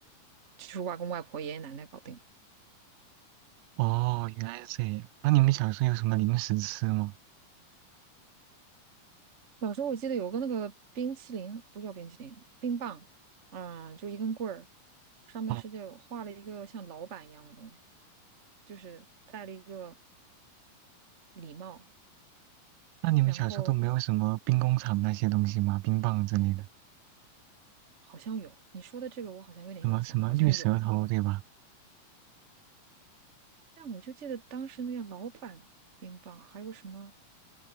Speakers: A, on the right (about 45°); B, on the right (about 80°).
A: 就是外公外婆、爷爷奶奶搞定。
B: 哦，原来是这样。那你们小时候有什么零食吃吗？
A: 小时候我记得有个那个冰淇淋，不是叫冰淇淋，冰棒，啊、就一根棍儿，上面是就画了一个像老板一样的东西，
B: 哦，
A: 就是戴了一个礼帽，
B: 那你们小时候都没有什么兵工厂那些东西吗？
A: 然后
B: 冰棒之类的，
A: 好像有你说的这个，我好像有点印象，
B: 什么什么绿舌头，
A: 好像有，
B: 对吧？
A: 但我就记得当时那个老板冰棒，还有什么，